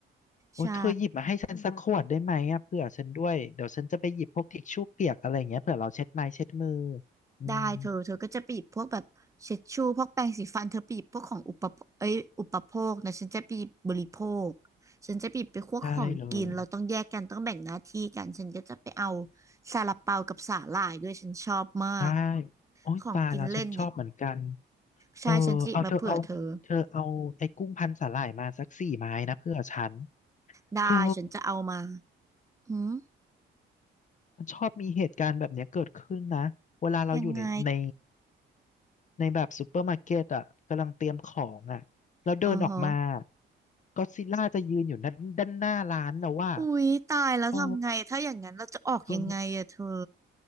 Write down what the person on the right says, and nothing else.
ใช่
ได้เธอเธอก็จะไปหยิบพวกแบบเช็ดชูพวกแปรงสีฟันเธอไปหยิบพวกของอุปโภคเอ้ยอุปโภคนะฉันจะไปหยิบบริโภคฉันจะไปหยิบไปพวกของกินเราต้องแยกกันต้องแบ่งหน้าที่กันฉันก็จะไปเอา
ซาลาเปากับสาหร่ายด้วยฉันชอบมาก
ของกินเล่นเนี่ยใช่ฉันจะหยิบมาเผื่อเธอ
ได้ฉันจะเอามา
หืม
ยังไง
อ๋อฮะ
อุ๊ยตายแล้วทำไงถ้าอย่างนั้นเราจะออกยังไงอะเธอ